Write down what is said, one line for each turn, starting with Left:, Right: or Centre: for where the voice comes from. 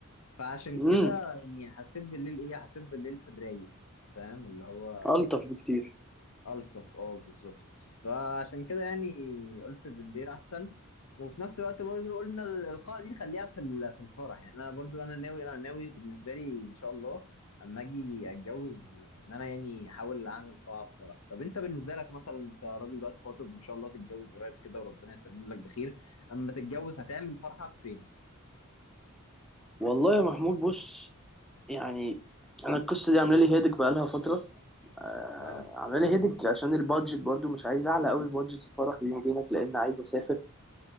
Left: فعشان
Centre: امم
Left: كده يعني حسيت بالليل ايه حسيت بالليل في الرايق فاهم اللي هو
Centre: الطف بكتير
Left: الطف اه بالظبط فعشان كده يعني قلت بالليل احسن وفي نفس الوقت برضه قلنا الإلقاء دي نخليها في ال- في الفرح يعني أنا برضه أنا ناوي أنا ناوي بالنسبة لي إن شاء الله أما أجي أتجوز إن أنا يعني أحاول أعمل قاعة في فرح طب أنت بالنسبة لك مثلا أنت راجل دلوقتي خاطب وإن شاء الله تتجوز قريب كده وربنا يتمم لك بخير أما تتجوز هتعمل فرحك فين؟
Centre: والله يا محمود بص يعني انا القصه دي عامله لي هيدك بقالها فتره آه،
Left: أه
Centre: عامله لي هيدك عشان البادجت برضو مش عايز اعلى قوي في بادجت الفرح بيني وبينك لان عايز اسافر